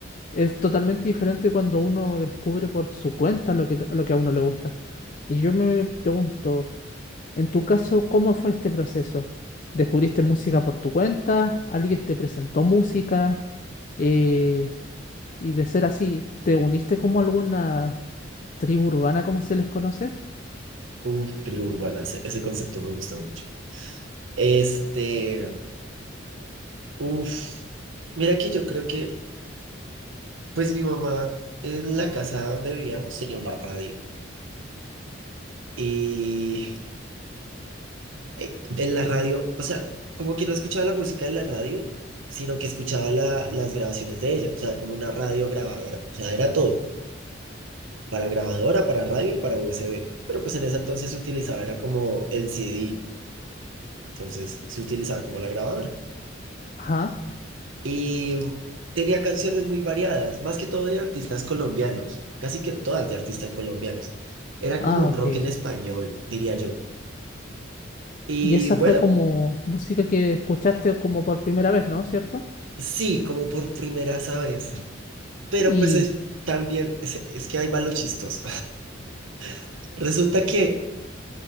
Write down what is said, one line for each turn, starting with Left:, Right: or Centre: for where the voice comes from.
Left: es totalmente diferente cuando uno descubre por su cuenta lo que, lo que a uno le gusta. Y yo me pregunto... En tu caso, ¿cómo fue este proceso? ¿Descubriste música por tu cuenta? ¿Alguien te presentó música? Eh, y de ser así, ¿te uniste como a alguna tribu urbana, como se les conoce?
Right: Uf, tribu urbana, ese, ese concepto me gusta mucho. Este, uf, mira que yo creo que, pues mi mamá en la casa donde vivíamos tenía una radio y eh, en la radio, o sea, como que no escuchaba la música de la radio, sino que escuchaba la, las grabaciones de ella, o sea, como una radio grabadora, o sea, era todo, para grabadora, para radio y para USB, pero pues en ese entonces se utilizaba, era como el CD, entonces se utilizaba como la grabadora.
Left: Ajá.
Right: Y tenía canciones muy variadas, más que todo de artistas colombianos, casi que todas de artistas colombianos. Era
Left: Ah,
Right: como un
Left: ok.
Right: rock en español, diría yo. Y
Left: Y esa
Right: bueno,
Left: fue como música que escuchaste como por primera vez, ¿no? ¿Cierto?
Right: sí, como por primera vez. Pero
Left: Y,
Right: pues es, también, es, es que ahí va lo chistoso. <laughs> Resulta que